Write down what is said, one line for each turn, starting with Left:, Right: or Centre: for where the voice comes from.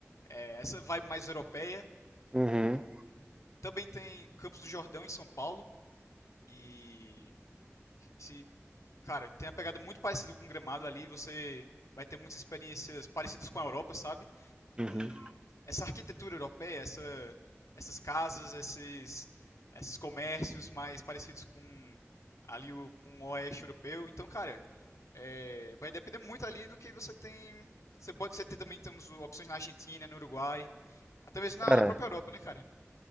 Left: é, essa vibe mais europeia.
Right: Uhum,
Left: Também tem Campos do Jordão em São Paulo. E. Esse, cara, tem uma pegada muito parecida com o Gramado ali. Você vai ter muitas experiências parecidas com a Europa, sabe?
Right: uhum.
Left: Com essa arquitetura europeia, essa, essas casas, esses, esses comércios mais parecidos com ali o, com o oeste europeu. Então, cara, É, vai depender muito ali do que você tem. Você pode você tem, também temos o- opções na Argentina, no Uruguai, até mesmo
Right: Cara,
Left: na, na própria Europa, né, cara?